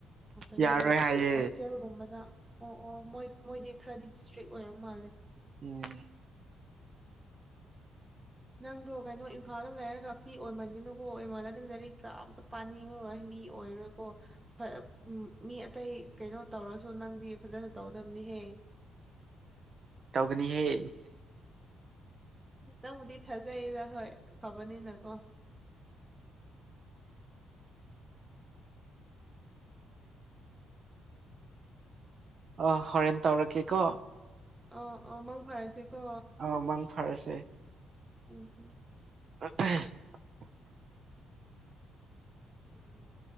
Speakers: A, on the right (about 15°); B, on the right (about 50°).
A: ꯀꯩꯅꯣꯗ
B: ꯌꯥꯔꯣꯏ ꯍꯥꯏꯌꯦ
A: ꯍꯣꯁꯇꯦꯜꯒꯨꯝꯕꯗ ꯑꯣ ꯑꯣ ꯃꯣꯏ ꯃꯣꯏꯗꯤ ꯈ꯭ꯔꯗꯤ ꯏꯁꯇ꯭ꯔꯤꯛ ꯑꯣꯏꯔ ꯃꯥꯜꯂꯦ
B: ꯎꯝ
A: ꯅꯪꯗꯣ ꯀꯩꯅꯣ ꯏꯝꯐꯥꯜꯗ ꯂꯩꯔꯒ ꯐ꯭ꯔꯤ ꯑꯣꯏꯃꯟꯒꯅꯨꯀꯣ ꯑꯣꯏꯃꯜꯂꯗꯤ ꯂꯥꯏꯔꯤꯛ ꯀ ꯑꯝꯇ ꯄꯥꯅꯤꯡꯉꯔꯣꯏ ꯃꯤ ꯑꯣꯏꯔꯣꯏꯀꯣ ꯍꯣꯢ ꯃꯤ ꯑꯇꯩ ꯀꯩꯅꯣ ꯇꯧꯔꯁꯨ ꯅꯪꯗꯤ ꯐꯖꯅ ꯇꯧꯗꯕꯅꯤꯍꯦ
B: ꯇꯧꯒꯅꯤꯍꯦ
A: ꯅꯪꯕꯨꯗꯤ ꯊꯥꯖꯩꯌꯦꯗ ꯍꯣꯏ ꯐꯕꯅꯤꯅꯀꯣ
B: ꯑꯣ ꯍꯣꯔꯦꯟ ꯇꯧꯔꯛꯀꯦ ꯀꯣ
A: ꯑꯥ ꯑꯥ ꯃꯪ ꯐꯔꯁꯤꯀꯣ
B: ꯑꯥꯎ ꯃꯪ ꯐꯥꯔꯁꯦ
A: ꯎꯝ ꯎꯝ
B: <unintelligible>
A: <inaudible>